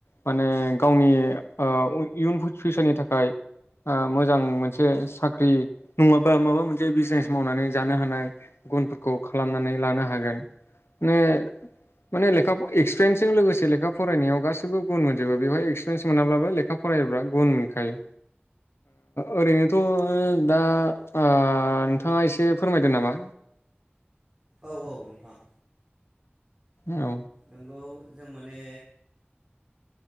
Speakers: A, on the left; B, on the right.
A: माने गावनि इयुन फिउसारनि थाखाय मोजां मोनसे साख्रि नङाबा माबा मोनसे बिजनेस मावनानै जानो हानाय गुनफोरखौ खालामनानै लानो हागोन माने माने लेखा एक्सपिरियेन्सजों लोगोसे लेखा फरायनायाव गासिबो गुन मोनजोबो बेवहाय एक्सपिरियेन्स मोनाब्लाबो लेखा फरायोब्ला गुन मोनखायो ओरैनोथ' दा नोंथाङा एसे फोरमायदो नामा?
B: औ औ नोंथां।
A: औ।
B: नोंगौ जों माने